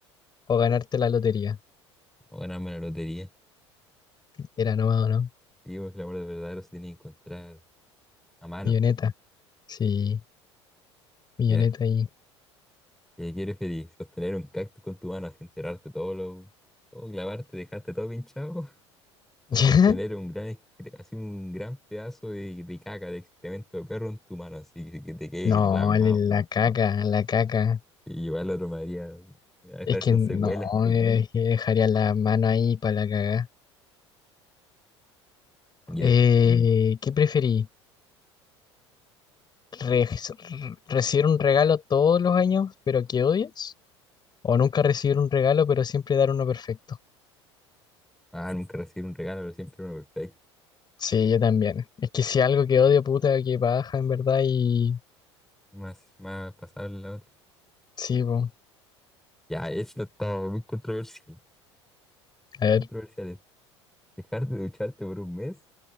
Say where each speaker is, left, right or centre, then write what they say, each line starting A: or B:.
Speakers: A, on the left (about 30°); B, in the centre.
A: o ganarte la lotería?
B: O ganarme la lotería.
A: Era nomás, ¿o ¿no?
B: Sí, porque el amor verdadero se tiene que encontrar a mano.
A: Milloneta, sí, milloneta
B: Ya.
A: ahí.
B: ¿Qué quieres feliz? Sostener un cactus con tu mano así enterarte todo lo. Todo clavarte, dejarte todo pinchado.
A: <laughs> ¿Ya?
B: o sostener un gran, excre- así un gran pedazo de, de caca, de excremento de perro en tu mano, así que te quede
A: No,
B: plasmado.
A: el- la caca, la caca.
B: Y llevarlo a otro Madrid a dejar
A: Es que
B: con
A: no,
B: secuelas.
A: Sí. eh, que dejaría la mano ahí para la caga.
B: Ya.
A: Mm. Eh, ¿qué preferí re- recibir un regalo todos los años, pero que odias? ¿O nunca recibir un regalo, pero siempre dar uno perfecto?
B: Ah, nunca recibir un regalo, pero siempre uno perfecto.
A: Sí, yo también. Es que si algo que odio, puta, que baja en verdad y...
B: Más, más pasable la otra.
A: Sí, po.
B: Ya, esto está muy controversial.
A: A ver,
B: Muy controversial esto. Dejar de ducharte por un mes